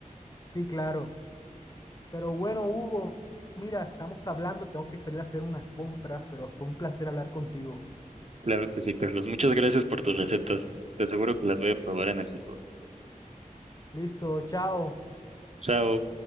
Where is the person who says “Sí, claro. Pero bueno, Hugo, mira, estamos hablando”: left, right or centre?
Left